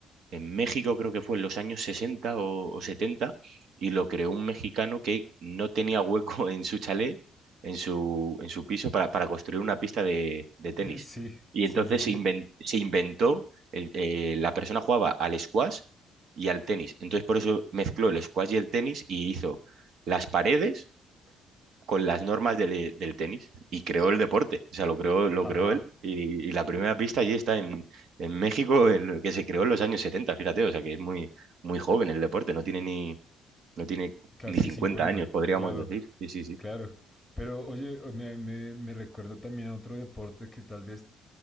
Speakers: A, on the right; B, in the centre.
A: en México, creo que fue en los años 60 o, o 70, y lo creó un mexicano que no tenía hueco <laughs> en su chalet, en su, en su piso, para, para construir una pista de, de tenis.
B: sí,
A: Y
B: sí,
A: entonces
B: sí, sí.
A: se inven- se inventó, el- eh, la persona jugaba al squash y al tenis. Entonces por eso mezcló el squash y el tenis y hizo las paredes con las normas del, del tenis y creó el deporte, o sea, lo creó, lo
B: Ajá,
A: creó él y, y la primera pista allí está en, en México, el, que se creó en los años 70 fíjate, o sea, que es muy, muy joven el deporte, no tiene ni, no tiene
B: casi
A: ni 50
B: cincuenta,
A: años, podríamos
B: claro,
A: decir. Sí, sí, sí.
B: claro. Pero oye, me, me, me recuerda también a otro deporte que tal vez